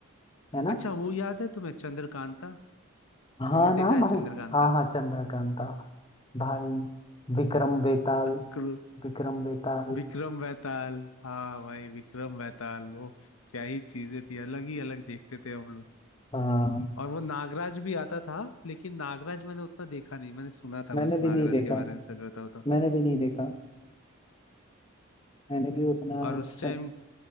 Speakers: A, on the left; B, on the left.
A: है ना
B: अच्छा वो याद है तुम्हें चंद्रकांता
A: हाँ
B: तुमने
A: ना
B: देखा है
A: भाई
B: चंद्रकांता
A: हाँ हाँ चंद्रकांता भाई विक्रम बेताल
B: <laughs> क्रू-
A: विक्रम बेताल
B: विक्रम बेताल हाँ भाई विक्रम बेताल वो क्या ही चीजें थी अलग ही अलग देखते थे हम लोग
A: हाँ
B: और वो नागराज भी आता था लेकिन नागराज मैंने उतना देखा नहीं मैंने सुना था
A: मैंने
B: बस नागराज
A: भी नहीं देखा
B: के बारे में सच बताओ तो
A: मैंने भी नहीं देखा मैंने भी उतना
B: और
A: उससे
B: उस टाइम